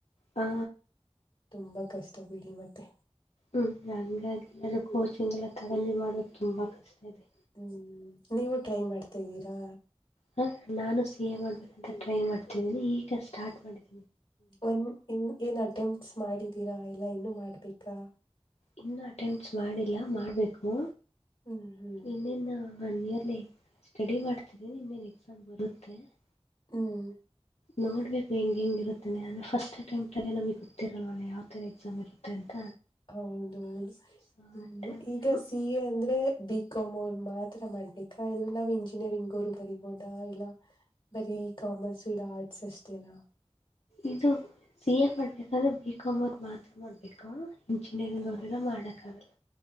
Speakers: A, on the left; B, on the left.
A: ಹಾ
B: ತುಂಬಾ ಕಷ್ಟ ಬಿಡಿ ಮತ್ತೆ
A: ಹ್ಞ ಹಂಗಾಗಿಲ್ಲಾದರೂ ಕೋಚಿಂಗ ಎಲ್ಲ ತಗೊಂಡಿ ಮಾಡ್ಬೇಕು ತುಂಬ ಕಷ್ಟ ಇದೆ
B: ಹ್ಮ್ ನೀವು ಟ್ರೈ ಮಾಡ್ತಿದ್ದೀರಾ
A: ಹ ನಾನು ಸಿ ಎ ಮಾಡ್ಬೇಕಂತ ಟ್ರೈ ಮಾಡ್ತಿದ್ದೀನಿ ಈಗ ಸ್ಟಾರ್ಟ್ ಮಾಡಿದ್ದನಿ
B: ಒಂದ್ ಇನ್ ಏನ್ ಅಟೆಂಪ್ಟ್ಸ್ ಮಾಡಿದೀರಾ ಇಲ್ಲ ಇನ್ನು ಮಾಡ್ಬೇಕಾ
A: ಇನ್ನುೂ ಅಟೆಂಪಟ್ಸ್ ಮಾಡಿಲ್ಲ ಮಾಡ್ಬೇಕು
B: ಹ್ಮ್ ಹ್ಮ್
A: ಇನ್ನೇನ್ ಒನ್ ಇಯರ್ ಸ್ಟಡಿ ಮಾಡ್ತಿದಿ ನಿ ಇನ್ನೇನ್ ಎಕ್ಸಾಮ್ ಬರುತ್ತೆ ಮತ್ತು
B: ಹ್ಮ್
A: ನೋಡ್ಬೇಕು ಹೆಂಗ್ ಹೆಂಗಿರುತ್ತೇನೆ ಅಂದ್ರೆ ಫಸ್ಟ್ ಅಟೆಂಪ್ಟ್ ಅಲ್ಲ ನಮ ಗೊತ್ತಿರಲ್ವಲ್ಲ ಯಾವ ಥರ ಎಕ್ಸಾಮ್ ಇರುತ್ತೆ ಅಂತ
B: ಹೌದೌದು
A: ಸೊ
B: ಹ್ಮ
A: ಅಟೆಂಪ್ಟು
B: ಈಗ ಸಿ ಎ ಅಂದ್ರೆ ಬಿ ಕಮ್ ಅವರು ಮಾತ್ರ ಮಾಡ್ಬೇಕಾ ಇಲ್ಲ ನಾವ್ ಇಂಜಿನಿಯರಿಂಗ್ ಅವರು ಬರಿಬೋದಾ ಇಲ್ಲ ಬರೀ ಕಾಮರ್ಸ್ ಇಲ್ಲ ಆರ್ಟ್ಸ್ ಅಷ್ಟಿದೆ ನ
A: ಇದು ಸಿ ಎ ಮಾಡ್ಬೇಕಂದ್ರೆ ಬಿ ಕಾಮ ಅವರ್ ಮಾತ್ರ ಮಾಡ್ಬೇಕು ಇಂಜಿನಿಯರಿಂಗ್
B: ಹ
A: ಅವರುಲ್ಲ ಮಾಡೋಕ್ಕಾಗಲ್ಲ